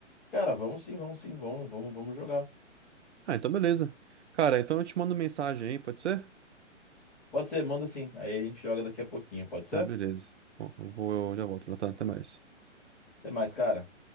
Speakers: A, in the centre; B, on the right (about 60°).
A: Cara, vamos sim, vamos sim, vamos, vamos, vamos jogar.
B: Ah, então beleza. Cara, então eu te mando mensagem aí, pode ser?
A: Pode ser, manda sim. Aí a gente joga daqui a pouquinho, pode ser?
B: Tá, beleza. Bom, eu vou, eu já volto, Natan. Até mais.
A: Até mais, cara.